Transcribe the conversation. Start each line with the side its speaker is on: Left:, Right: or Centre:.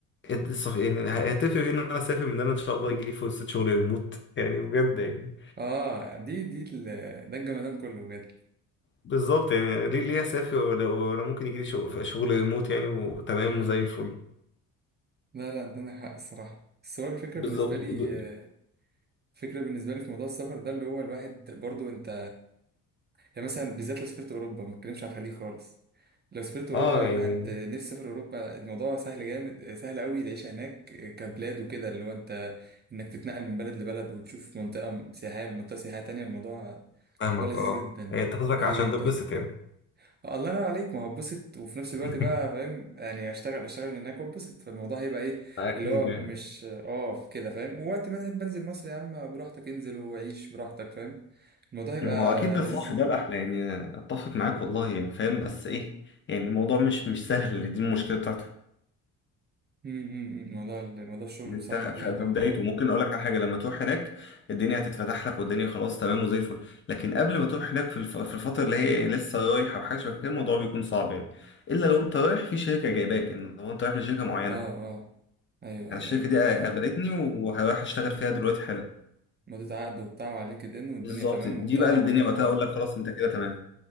Left: إد- الصف- يعني ه- هتفرق في ان انا اسافر من ان انا ان شاء الله يجي لي فرصه شغل ريموت يعني بجد يعني
Right: اه دي دي ال- ده الجمدان كله بجد
Left: بالظبط يعني ليه ليه اسافر ولا ولا ممكن يجي لي شغل شغل ريموت يعني وتمام
Right: ايوه
Left: وزي الفل
Right: لا لا انت عندك حق الصراحه بس هو الفكره
Left: بالظبط
Right: بالنسبه لي
Left: ب- ب-
Right: آه، الفكره بالنسبه لي في موضوع السفر ده اللي هو الواحد برضو انت يعني مثلا بالذات لو سافرت اوروبا ما بتكلمش عن الخليج خالص لو سافرت اوروبا
Left: اه يعني
Right: الواحد آه، نفسي يسافر اوروبا الموضوع سهل جامد آه، سهل قوي العيشه هناك آه، كبلاد وكده اللي هو انت انك تتنقل من بلد لبلد وتشوف منطقه سياحيه لمنطقه سياحيه تانية الموضوع
Left: فاهمك
Right: الموضوع لذيذ
Left: اه
Right: جدا
Left: هي أنت قصدك
Right: سهل
Left: عشان
Right: جدا
Left: تتبسط يعني
Right: آه، الله ينور عليك ما هو اتبسط وفي نفس
Left: <laughs>
Right: الوقت بقى فاهم يعني اشتغل اشتغل هناك واتبسط فالموضوع هيبقى ايه
Left: اكيد
Right: اللي هو
Left: يعني
Right: مش اه كده فاهم ووقت ما تحب انزل مصر يا عم براحتك انزل وعيش براحتك فاهم الموضوع هيبقى
Left: ما هو اكيد ده
Right: لذيذ
Left: الصح ده الاحلى يعني اتفق معاك والله يعني فاهم بس ايه يعني الموضوع مش مش سهل دي المشكله بتاعته
Right: م- م- م- موضوع ال- موضوع الشغل
Left: انت
Right: بصراحة
Left: ف-
Right: اكيد
Left: في
Right: اه
Left: بدايته ممكن اقول لك على حاجه لما تروح هناك الدنيا هتتفتح لك والدنيا خلاص تمام وزي الفل لكن قبل ما تروح هناك في الف... في الفتره اللي هي لسه رايحه او حاجه شبه كده الموضوع بيكون صعب يعني الا لو انت رايح في شركه جايباك
Right: م-
Left: ان هو انت رايح لشركه معينه
Right: اه اه ايوه ايوه
Left: انا الشركه
Right: ايوه انت
Left: دي قابلتني وهروح اشتغل فيها دلوقتي حالا
Right: مضيت عقد وبتاع وعلى لينكد ان والدنيا
Left: بالظبط
Right: تمام
Left: دي
Right: وبتاع
Left: بقى اللي
Right: واه
Left: الدنيا وقتها اقول لك خلاص انت كده تمام